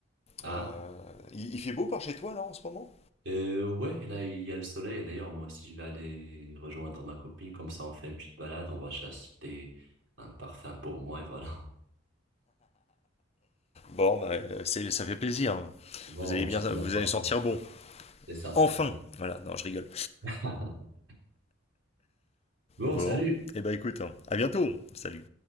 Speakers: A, on the right; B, on the left.
A: Ah,
B: Euh, il, il fait beau par chez toi là en ce moment?
A: euh, ouais, là, il y a le soleil. Et D'ailleurs, moi aussi, je vais aller rejoindre ma copine. Comme ça, on fait une petite balade. On va acheter un parfum pour moi et voilà.
B: Bon, bah, euh, c'est- ça fait plaisir. hein.
A: Bon,
B: Vous allez
A: on
B: bien,
A: se
B: vous
A: dit à la prochaine.
B: allez sentir bon.
A: C'est ça.
B: Enfin.
A: enfin.
B: Voilà, non, je rigole.
A: <laughs> Bon,
B: Bon,
A: salut!
B: et eh bah écoute, hein, à bientôt. Salut.